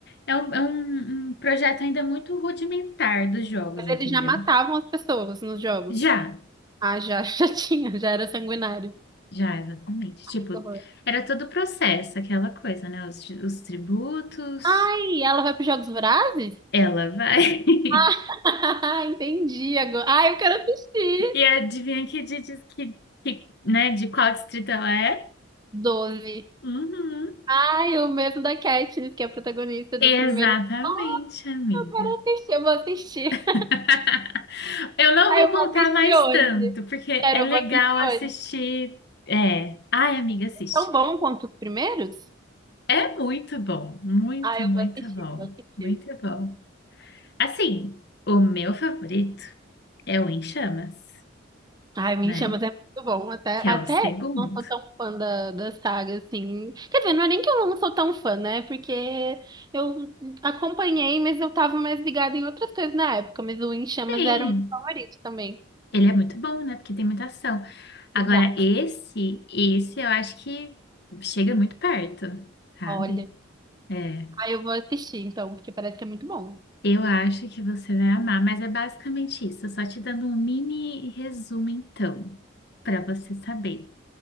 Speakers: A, on the left (about 55°); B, on the right (about 20°).
A: é um, é um, um projeto ainda muito rudimentar dos jogos,
B: Mas
A: entendeu?
B: eles já matavam as pessoas nos jogos.
A: Já,
B: Ah, já, <laughs> já tinha, já era sanguinário.
A: já, exatamente.
B: Ai,
A: Tipo,
B: que horror.
A: era todo o processo, aquela coisa, né? Os, os tributos,
B: Ai, ela vai para os Jogos Vorazes?
A: ela vai. <laughs>
B: <laughs> Entendi agora. Ai, eu quero assistir.
A: E adivinha que di- diz que, que, né, de qual distrito ela é?
B: Doze.
A: Uhum.
B: Ai, o mesmo da Katniss, que é a protagonista do
A: Exatamente,
B: primeiro. Ai,
A: amiga.
B: eu quero assistir, eu vou assistir.
A: <laughs> Eu não
B: Ai,
A: vou
B: eu
A: contar
B: vou assistir
A: mais
B: hoje.
A: tanto, porque
B: Sério,
A: é legal
B: eu vou assistir
A: assistir.
B: hoje.
A: É. Ai, amiga, assiste.
B: Tão bom quanto os primeiros?
A: É muito bom, muito,
B: Ai,
A: muito
B: eu vou assistir,
A: bom,
B: vou assistir.
A: muito bom. Assim, o meu favorito é o Em Chamas,
B: Ai, Me
A: né?
B: Chamas é muito bom. Até,
A: Que
B: até
A: é o segundo.
B: eu não sou tão fã da, da saga, assim. Quer dizer, não é nem que eu não sou tão fã, né? Porque eu acompanhei, mas eu tava mais ligada em outras coisas na época. Mas o Em Chamas
A: Sim,
B: era o meu favorito também.
A: ele é muito bom, né? Porque tem muita ação. Agora,
B: Exato.
A: esse, esse eu acho que chega muito perto, sabe?
B: Olha.
A: É.
B: Ai, eu vou assistir, então, porque parece ser muito bom.
A: Eu acho que você vai amar, mas é basicamente isso. Só te dando um mini resumo, então, para você saber.